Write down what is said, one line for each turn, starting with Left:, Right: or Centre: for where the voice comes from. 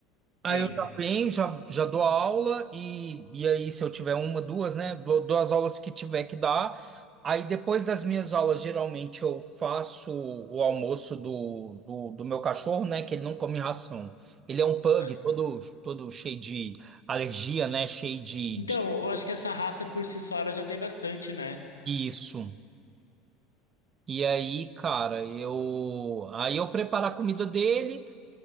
Left: Sim.
Right: Aí eu já venho, já, já dou a aula, e, e aí, se eu tiver uma, duas, né? Dou, dou as aulas que tiver que dar. Aí, depois das minhas aulas, geralmente eu faço o almoço do, do, do meu cachorro, né? Que ele não come ração. Ele é um pug,
Left: Ah.
Right: todo, todo cheio de alergia, né? Cheio de,
Left: Então,
Right: de-
Left: eu acho que essa raça por si só ela já tem bastante, né?
Right: Isso. E aí, cara, eu. Aí eu preparo a comida dele.